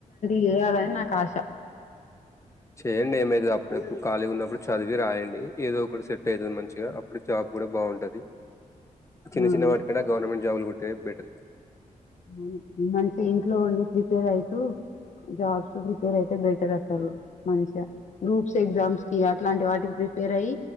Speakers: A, on the left (about 60°); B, on the left (about 20°).
A: చెయ్యాలని నాకు ఆశ
B: చేయండి ఏమైతుంది అప్పుడప్పుడు ఖాళీ ఉన్నప్పుడు చదివి రాయండి ఏదో ఒక సెట్ అవుతుంది మంచిగా అప్పుడు జాబ్ కూడా బాగుంటది చిన్న
A: ఆ,
B: చిన్న వాటిక గవర్నమెంట్ జాబులు కొట్టే బెటర్
A: వు మంచిగా ఇంట్లో ఉండి ప్రిపేర్ అవుతూ జాబ్స్ ప్రిపేర్ అయితే బెటర్ అసలు మంచి గ్రూప్స్ ఎగ్జామ్స్ కి అట్లాంటి వాటికి ప్రిపేర్ అయ్యి